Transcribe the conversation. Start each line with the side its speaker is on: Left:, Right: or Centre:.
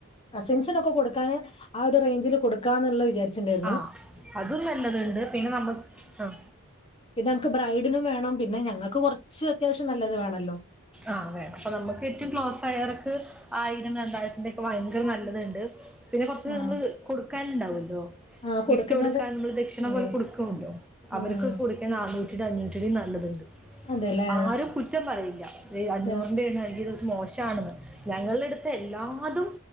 Left: കസിൻസിനൊക്കെ കൊടുക്കാൻ ആ ഒരു റേഞ്ചില് കൊടുക്കാന്നുള്ളേ വിചാരിച്ചിണ്ടായിരുന്നു
Centre: ആ അതും നല്ലതുണ്ട് പിന്നെ നമ്മക്ക് ആഹ
Left: പിന്നെ നമുക്ക് ബ്രൈഡും വേണം പിന്നെ ഞങ്ങൾക്ക് കുറച്ച് അത്യാവശ്യം നല്ലത് വേണല്ലോ
Centre: ആഹ വേണം അപ്പൊ നമ്മുക്ക് ഏറ്റവും ക്ലോസ് ആയവർക്ക് ആയിരം രണ്ടായിരത്തിന്റെ ഒക്കെ ഭയങ്കര നല്ലത് ഇണ്ട് പിന്നെ കൊറച്ച്
Left: ആ
Centre: നമ്മൾ കൊടുക്കാനുണ്ടാവല്ലോ
Left: ആ കൊടുക്കുന്നത്
Centre: ഗിഫ്റ്റ് കൊടുക്കാൻ നമ്മള് ദേക്ഷിണ
Left: ഉം
Centre: പോലെ കൊടുക്കേലേ അവർക്ക്
Left: ഉം ഉം
Centre: കൊടുക്ക്ണെ ആറുനൂറ്റിടെ അഞ്ഞൂറ്റിടെ നല്ലത്ണ്ട്
Left: അതെല്ലേ
Centre: ആരും കുറ്റം പറയില്ല
Left: ആ.
Centre: അഞ്ഞൂറിന്റെയണ് അല്ലെങ്കി ഇത് മോശമാണെന്ന് ഞങ്ങളുടെ അടുത്ത് എല്ലാതും